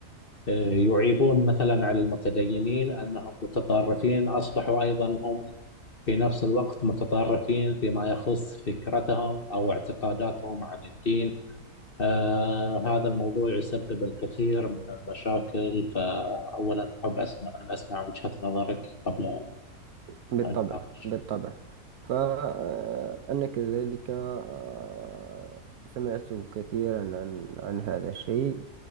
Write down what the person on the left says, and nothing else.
آه، يعيبون مثلا على المتدينين أنهم متطرفين أصبحوا أيضا هم في نفس الوقت متطرفين فيما يخص فكرتهم أو اعتقاداتهم عن الدين آه هذا الموضوع يسبب الكثير من المشاكل فأولا أحب أسمع أن أسمع وجهة نظرك قبل أن
أن أناقش